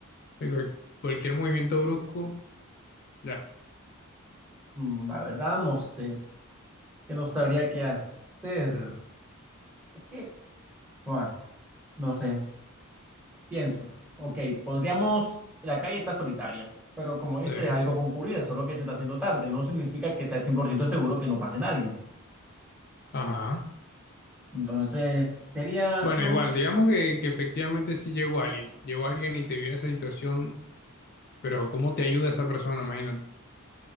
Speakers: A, on the left; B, in the centre.
A: de cual- cualquier movimiento brusco, ya,
B: Mm, La verdad, no sé, que no sabría qué hacer. Es que, guau. No sé, pienso. Ok, podríamos. La calle está solitaria, pero como dices,
A: se
B: es algo concurrida, solo que se está haciendo tarde. No significa que sea 100% seguro que no pase nadie.
A: Ajá.
B: Entonces, sería
A: Bueno,
B: lo.
A: igual, digamos que, que efectivamente sí llegó alguien, llegó alguien y te vio en esa situación, pero ¿cómo te ayuda esa persona? Imagínate.